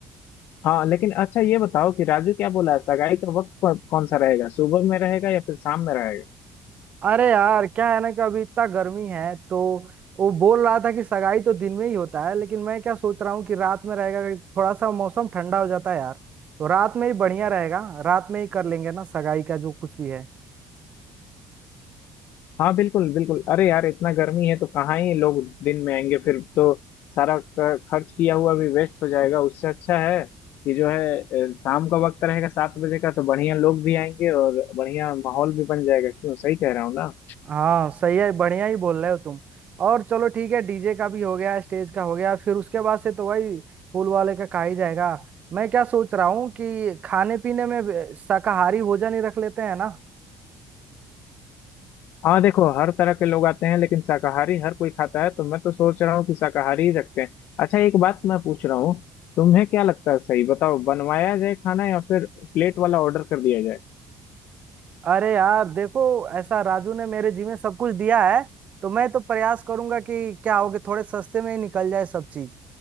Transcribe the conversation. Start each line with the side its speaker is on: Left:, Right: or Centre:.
Left: हाँ लेकिन अच्छा ये बताओ कि राजू क्या बोला है सगाई का वक्त कौ- कौन सा रहेगा सुबह में रहेगा या फिर शाम में रहेगा
Right: अरे यार क्या है ना कि अभी इतना गर्मी है तो वो बोल रहा था कि सगाई तो दिन में ही होता है लेकिन मैं क्या सोच रहा हूँ कि रात में रहेगा कि थोड़ा सा मौसम ठंडा हो जाता है यार तो रात में ही बढ़िया रहेगा रात में ही कर लेंगे ना सगाई का जो कुछ भी है
Left: हाँ बिल्कुल बिल्कुल अरे यार इतना गर्मी है तो कहाँ ही लोग दिन में आएंगे फिर तो सारा क- खर्च किया हुआ भी वेस्ट हो जाएगा उससे अच्छा है कि जो है अ, शाम का वक्त रहेगा सात बजे का तो बढ़िया लोग भी आएंगे और बढ़िया माहौल भी बन जाएगा क्यों सही कह रहा हूँ ना
Right: हाँ सही है बढ़िया ही बोल रहे हो तुम और चलो ठीक है डीजे का भी हो गया स्टेज का हो गया फिर उसके बाद से तो भाई फूल वाले का खा ही जाएगा मैं क्या सोच रहा हूँ कि खाने पीने में भी शाकाहारी भोजन ही रख लेते हैं ना
Left: हाँ देखो हर तरह के लोग आते हैं लेकिन शाकाहारी हर कोई खाता है तो मैं तो सोच रहा हूँ कि शाकाहारी ही रखते हैं अच्छा एक बात मैं पूछ रहा हूँ तुम्हें क्या लगता है सही बताओ बनवाया जाए खाना या फिर प्लेट वाला ऑर्डर कर दिया जाए
Right: अरे यार देखो ऐसा राजू ने मेरे जी में सब कुछ दिया है तो मैं तो प्रयास करूंगा कि क्या होगे थोड़े सस्ते में ही निकल जाए सब चीज